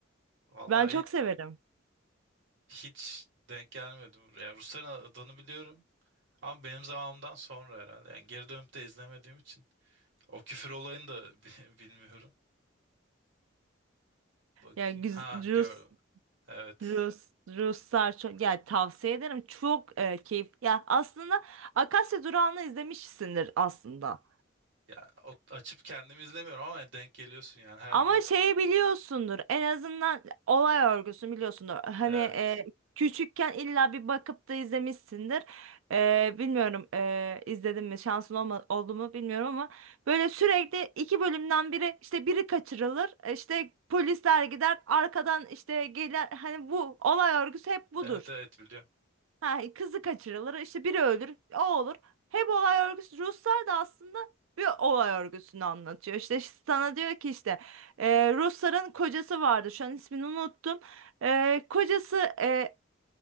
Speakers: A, on the right; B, on the right.
A: vallahi
B: Ben çok
A: hiç,
B: severim.
A: hiç denk gelmedim buraya. Rusların adını biliyorum. Ama benim zamanımdan sonra herhalde. Yani geri dönüp de izlemediğim için. O küfür olayını da <laughs> bi- bilmiyorum. Bakayım.
B: Yani güz-
A: Ha
B: Rus
A: gör. Evet.
B: Rus, Ruslar çok yani tavsiye ederim. Çok e, keyif. Ya aslında Akasya Durağı'nı izlemişsindir aslında.
A: Ya o- açıp kendim izlemiyorum ama denk geliyorsun yani her
B: Ama
A: gün.
B: şeyi biliyorsundur. En azından olay örgüsünü biliyorsundur. Hani
A: Evet.
B: e, küçükken illa bir bakıp da izlemişsindir. E, bilmiyorum e, izledim mi şansın olma, oldu mu bilmiyorum ama böyle sürekli iki bölümden biri işte biri kaçırılır. e, işte polisler gider arkadan işte gelir. Hani bu olay örgüsü hep budur.
A: Evet evet biliyorum.
B: Ha, kızı kaçırılır, işte biri ölür, o olur. Hep olay örgüsü. Ruslar da aslında bir olay örgüsünü anlatıyor. İşte sana diyor ki işte e, Rusların kocası vardı. Şu an ismini unuttum. E, kocası e,